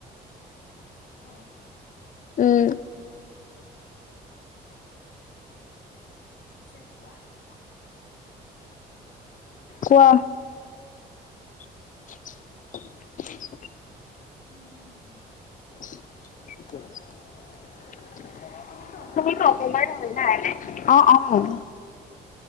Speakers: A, on the left; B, on the left.
A: হয় নে কি?
B: উম
A: পিছে কোৱা।
B: কোৱা। <unintelligible>
A: উম
B: তুমি
A: তুমিতো অসমৰে
B: ক
A: হয়
B: কুমাৰ
A: না
B: নহয় না এনে অ -অ-